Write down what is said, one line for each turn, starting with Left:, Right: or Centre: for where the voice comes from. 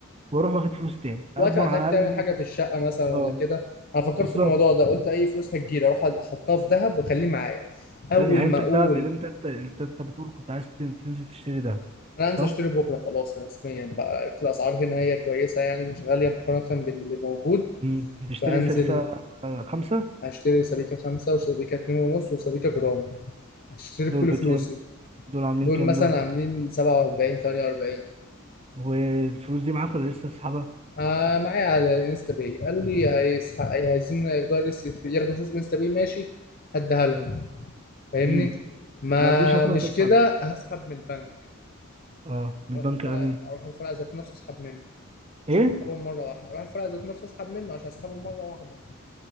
Right: واروح واخد فلوسي تاني اضمن
Left: وقت ما تحتاج
Right: على
Left: تعمل
Right: الاقل
Left: حاجة
Right: إن-
Left: في الشقة مثلا
Right: اه
Left: ولا كده انا فكرت
Right: بالظبط
Left: في الموضوع ده قلت اي فلوس هتجيلي اروح احطها في دهب واخليه معايا اول
Right: يعني يعني
Left: ما
Right: انت
Left: اقول
Right: الذهب اللي انت انت انت أنت بتقول كنت عايز تن- تنزل تشتري ذهب
Left: انا
Right: صح؟
Left: هنزل اشتري بكره خلاص رسميا بقى عرفت الاسعار هنا هي كويسه يعني مش غاليه مقارنه باللي موجود
Right: امم تشتري
Left: فهنزل
Right: سبيكة آه، خمسة
Left: هشتري سبيكة خمسة وسبيكة اتنين ونص وسبيكة جرام هشتري
Right: دول
Left: بكل
Right: بكام؟
Left: فلوسي
Right: دول عاملين
Left: دول
Right: كام
Left: مثلا
Right: دول؟
Left: عاملين سبعة وأربعين تمانية وأربعين
Right: والفلوس دي معاك ولا لسه تسحبها؟
Left: آه معايا على الانستا باي قالوا لي هيسح- عايزين ياخدوا لس- ياخدوا فلوس الانستا باي ماشي هديها لهم فاهمني
Right: امم
Left: ما
Right: ما رضيتش هتروح
Left: مش
Right: تسحب
Left: كده هسحب من البنك
Right: اه من
Left: اروح
Right: البنك
Left: الفرع
Right: يعني
Left: اروح الفرع ذات نفسه اسحب منه
Right: ايه؟
Left: مش هسحبهم مرة واحدة أروح الفرع ذات نفسه أسحب منه عشان أسحبهم مرة واحدة